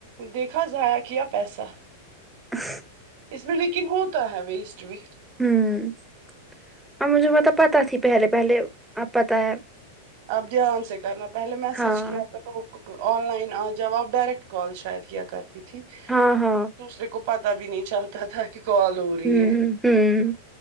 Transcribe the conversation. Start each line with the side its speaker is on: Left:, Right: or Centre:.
Right: دیکھا ضائع گیا پیسہ
Centre: ہ
Right: اس میں لیکن ہوتا ہے ویسٹ بھی
Centre: ہوں اب مجھے وہ
Right: اور
Centre: تو پتہ تھی پہلے پہلے اب پتہ ہے
Right: اب دھیان سے کرنا پہلے میسج
Centre: ہاں
Right: کیا کرو آن لائن آ ج جب آپ ڈائریکٹ کال شاید کیا کرتی تھی
Centre: ہاں ہاں
Right: دوسرے کو پتہ بھی نہیں چلتا تھا کہ کال ہو رہی
Centre: ہوں
Right: ہے
Centre: ہوں